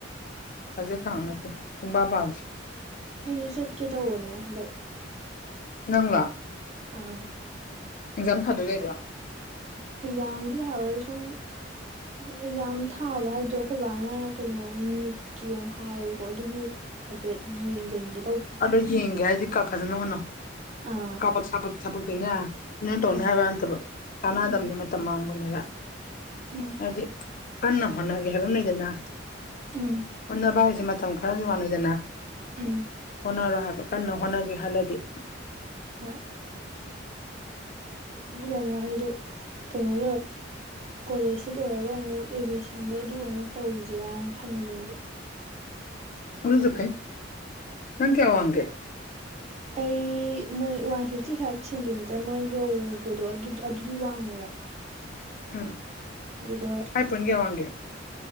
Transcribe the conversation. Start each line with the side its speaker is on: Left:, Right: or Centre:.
Left: ꯈꯖꯤꯛ ꯈꯔꯥꯛ ꯅꯠꯇꯦ ꯁꯨꯡꯄꯥ ꯄꯥꯗ꯭ꯔꯦ
Right: ꯑꯩꯁꯨ ꯆꯠꯀꯦ ꯇꯧꯕꯅꯦ ꯍꯟꯗꯛ
Left: ꯅꯪꯪꯂꯣ
Right: ꯑꯥ
Left: ꯑꯦꯛꯖꯥꯝ ꯊꯗꯣꯏ ꯂꯩꯕ꯭ꯔꯣ
Right: ꯑꯦꯛꯖꯥꯝꯗꯤ ꯊꯥꯔꯣꯏ ꯑꯩ ꯁꯨꯝ ꯑꯗꯣ ꯑꯦꯛꯖꯥꯝ ꯊꯥꯕ ꯍꯥꯏꯗꯣ ꯑꯩꯈꯣꯏ ꯕꯥꯅ ꯀꯩꯅꯣ ꯅꯤꯠ ꯀꯤꯌꯣ ꯍꯥꯏꯕꯀꯣ ꯑꯗꯨꯒꯤ ꯍꯥꯏꯐꯦꯠ ꯌꯦꯡꯖꯟꯒꯦ
Left: ꯑꯗꯣ ꯌꯦꯡꯒꯦ ꯍꯥꯏꯗꯤ ꯐꯖꯅ ꯍꯣꯠꯅꯧ
Right: ꯑꯥ
Left: ꯀꯥꯕꯛ ꯁꯥꯕꯛ ꯊꯕꯛꯇꯤꯅꯦ ꯅꯪ ꯅꯇꯣꯝ
Right: ꯑꯥ
Left: ꯍꯥꯏꯕ ꯅꯠꯇꯕ ꯀꯥꯟꯅꯗꯝꯅꯦ
Right: ꯎꯝ
Left: ꯃꯇꯝ ꯃꯥꯡꯕꯅꯦꯕ
Right: ꯎꯝ
Left: ꯍꯥꯏꯕꯗꯤ ꯀꯟꯅ ꯍꯣꯠꯅꯒꯦ ꯍꯥꯏꯕ ꯑꯃ ꯂꯩꯗꯅ
Right: ꯎꯝ
Left: ꯍꯣꯠꯅꯕ ꯍꯥꯏꯁꯦ ꯃꯇꯝ ꯈꯔꯒꯤ ꯋꯥꯅꯤꯗꯅ
Right: ꯎꯝ
Left: ꯍꯣꯠꯅꯔꯣ ꯍꯥꯏꯕ ꯀꯟꯅ ꯍꯣꯠꯅꯒꯦ ꯈꯜꯂꯗꯤ
Right: ꯍꯣꯏ ꯑꯗꯨꯒ ꯑꯃꯨꯛ ꯑꯩꯗꯣ ꯀꯩꯅꯣ ꯂꯣꯏꯔꯒ ꯀꯣꯂꯦꯖꯁꯤ ꯂꯣꯏꯔꯒ ꯑꯃꯨꯛ ꯑꯦꯕꯤꯌꯦꯁꯟꯗꯣ ꯑꯗꯨ ꯑꯃꯨꯛ ꯇꯧꯁꯤꯔꯅ ꯈꯟꯕꯅꯦꯕ
Left: ꯑꯗꯨꯁꯨ ꯐꯩ ꯅꯪ ꯀꯌꯥ ꯋꯥꯡꯒꯦ
Right: ꯑꯩ ꯃꯣꯏ ꯋꯥꯟ ꯐꯤꯐꯇꯤ ꯐꯥꯏꯚ ꯁꯦꯟꯇꯤꯃꯤꯇꯔ ꯃꯣꯏ ꯌꯧꯕꯗꯣ ꯑꯗꯨ ꯑꯗꯨꯗꯤ ꯋꯥꯡꯉꯦꯕ
Left: ꯎꯝ
Right: ꯑꯗꯨꯒ
Left: ꯐꯥꯏꯚ ꯄꯣꯏꯟ ꯀꯌꯥ ꯋꯥꯡꯒꯦ